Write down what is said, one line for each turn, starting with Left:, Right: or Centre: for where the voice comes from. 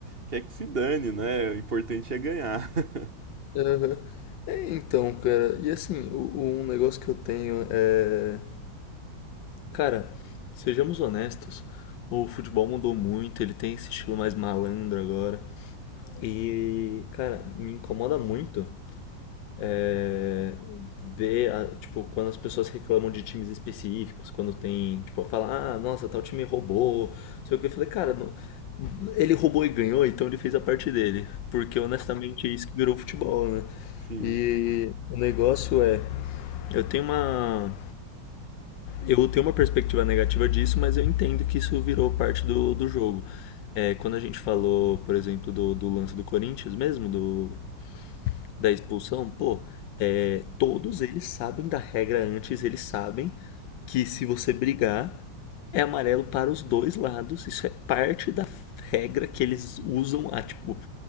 Right: quer que se dane, né? O importante é ganhar. <laughs>
Left: e- aham. É, então, cara, e assim, o- o- um negócio que eu tenho é. Cara, sejamos honestos, o futebol mudou muito, ele tem esse estilo mais malandro agora. E, cara, me incomoda muito é, ver, a- tipo, quando as pessoas reclamam de times específicos, quando tem, tipo, fala, ah, nossa, tal time roubou, não sei o que. Eu falei, cara, não- ele roubou e ganhou, então ele fez a parte dele. Porque, honestamente, é isso que virou futebol, né?
Right: Sim,
Left: E o negócio é, eu tenho uma, eu tenho uma perspectiva negativa disso, mas eu entendo que isso virou parte do, do jogo. É, quando a gente falou, por exemplo, do, do lance do Corinthians mesmo, do, da expulsão, pô, é, todos eles sabem da regra antes, eles sabem que se você brigar, é amarelo para os dois lados. Isso é parte da regra que eles usam há, tipo,